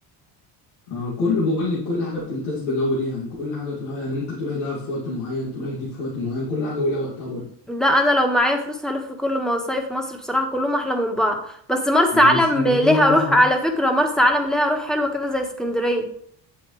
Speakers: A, on the left (about 80°); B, in the centre.
A: آه كل بقول لك كل حاجه بتمتاز بجو ليه يعني كل حاجه تروحها يعني ممكن تروحي دهب في وقت معين تروحي دي في وقت معين كل حاجه ولها وقتها برضه
B: لا انا لو معايا فلوس هلف في كل مصايف مصر بصراحة كلهم احلى من بعض بس مرسى
A: يعني
B: علم
A: اسكندريه
B: ليها
A: مثلا
B: روح على فكرة مرسى علم ليها روح حلوة كده زي اسكندرية